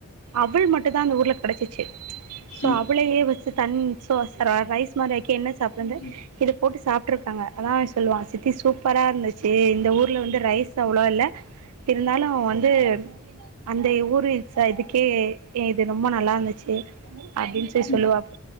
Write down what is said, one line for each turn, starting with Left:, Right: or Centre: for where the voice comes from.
Right: அவுள் மட்டுந்தா அந்த ஊர்ல கெடச்சிச்சு ஸோ
Left: ம்
Right: அவுளயே வெச்சு தண் சோ ச ரைஸ் மாரி ஆக்கி என்ன சாப்லான்டு
Left: ம்
Right: இத போட்டு சா ருக்காங்க அதா சொல்லுவான் சித்தி சூப்பரா இருந்துச்சு இந்த ஊர்ல வந்து ரைஸ் அவ்ளவா இல்ல இருந்தாலு வந்து அந்த ஊரு ச இதுக்கே இது ரொம்ப நல்லா இருந்துச்சு அப்டின்ச்சே சொல்லுவாப்
Left: ம்